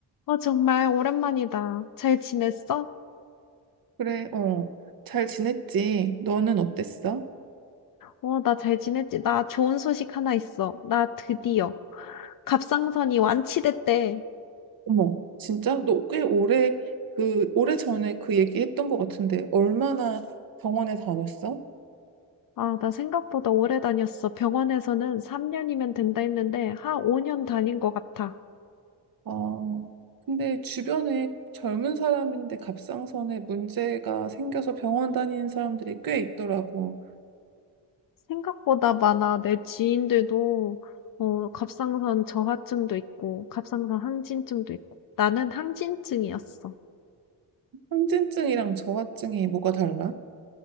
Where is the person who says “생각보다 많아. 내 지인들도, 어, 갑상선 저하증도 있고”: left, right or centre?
Left